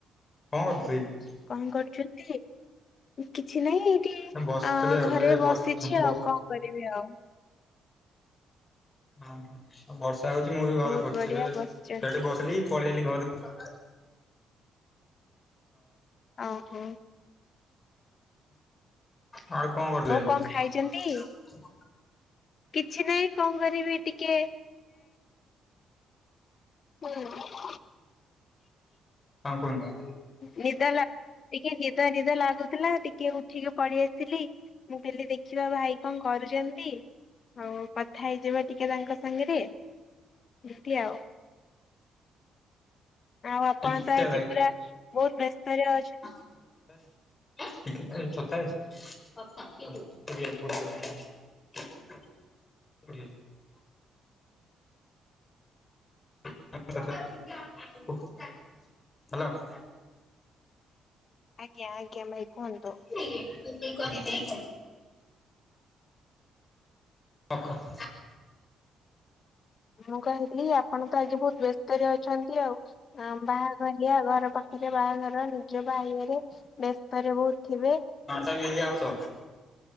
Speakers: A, on the left; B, on the left.
A: କଣ କରୁଥିଲେ କି?
B: କଣ କରୁଛନ୍ତି? କିଛି ନାହିଁ ଏଇଠି
A: ବସିଥିଲି
B: ଅ
A: ଆଉ
B: ଘରେ
A: ଏ ବସ
B: ବସିଛି
A: ବସ
B: ଆଉ କଣ କରିବି ଆଉ।
A: ହଁ ଆଉ ବର୍ଷା ହେଉଛି ମୁଁ ବି ଘରେ
B: ବହୁତ
A: ବସିଛି
B: ବଢିଆ
A: ଏବେ
B: ବସିଛନ୍ତି
A: ସେଠି ବସିଲି ପଳେଇଲି ଘରୁ ହଉ
B: ଓହୋ।
A: ହ ଆଉ କଣ କରିଥିଲେ?
B: କଣ ଖାଇଛନ୍ତି? କିଛି ନାହିଁ କଣ କରିବି ଟିକେ ହୁଁ।
A: ହଁ କୁହନ୍ତୁ।
B: ନିଦ ଲା ଟିକେ ନିଦ ନିଦ ଲାଗୁଥିଲା ଟିକେ ଉଠିକି ପଡି ଆସିଲି। ମୁଁ କହିଲି ଦେଖିବା ଭାଇ କଣ କରୁଛନ୍ତି? ହଉ କଥା ହେଇଯିବ ଟିକେ ତାଙ୍କ ସାଙ୍ଗରେ ଏମିତି ଆଉ। ଆଉ ଆପଣ
A: ଟିକେ
B: ତ ଆଜି ପୁରା ବହୁତ ବ୍ୟସ୍ତରେ ଅଛ
A: <inaudible> <unintelligible> କୋଉଠି? <unintelligible> ହ୍ୟାଲୋ।
B: ଆଜ୍ଞା ଆଜ୍ଞା ଭାଇ କୁହନ୍ତୁ।
A: <unintelligible> ପାଖ
B: ମୁଁ କହିଲି ଆପଣ ତ ଆଜି ବହୁତ ବ୍ୟସ୍ତରେ ଅଛନ୍ତି ଆଉ। ହଁ ବାହାଘରିଆ ଘର ପାଖରେ ବାହାଘର ନିଜ ଭାଇ ଘରେ ବେସ୍ତରେ ବହୁତ ଥିବେ।
A: <unintelligible>